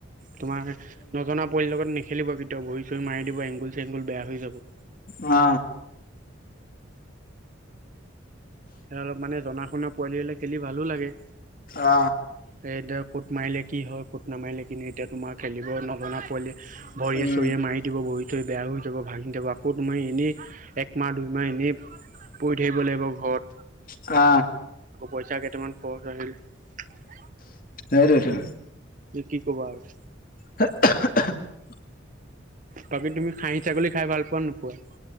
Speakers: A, on the right; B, on the left.
A: তোমাৰ নজনা পোৱালি লগত নেখ খেলিব কেতিয়া ভৰি চৰি মাৰি দিব এংগুল চেংগুল বেয়া হৈ যাব।
B: অ।
A: স অলপ মান জনা শুনা পোৱালি হলে খেলি ভালো লাগে
B: অ
A: সেইদ কুট মাৰিলে কি হয় ক'ত কুট নামাৰিলে কিন্তু এতিয়া তোমাৰ খেলিব নজনা পোৱালি ভৰিয়ে
B: উম
A: চৰিয়ে মাৰি দিব ভৰি বেয়া হৈ যাব ভাঙি যাব আকৌ তোমাৰ এনেই একমাহ দুইমাহ এনেই পৰি থাকিব লাগিব ঘৰত
B: অ
A: তাক পইচা কেইটামান খৰচ হৈছিল
B: হেইটোৱ টো
A: কি ক'বা আৰু
B: <unintelligible>
A: বাকী তুমি খাহী ছাগলী খাই ভাল পোৱা নোপোৱা